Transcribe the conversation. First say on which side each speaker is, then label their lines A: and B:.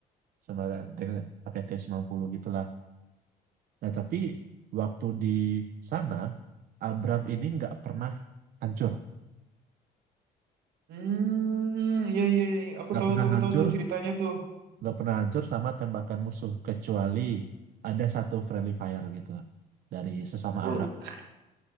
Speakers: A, on the right; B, on the right.
A: sebagai tank pakai t sembilan puluh gitu Nah, tapi waktu di sana, Abram ini nggak pernah hancur.
B: Hmm, iya, iya, iya. Aku
A: Nggak
B: tahu
A: pernah
B: tuh, aku
A: hancur,
B: tahu tuh ceritanya tuh.
A: nggak pernah hancur sama tembakan musuh. Kecuali ada satu friendly fire gitu lah. Dari sesama
B: <laughs>
A: Abram.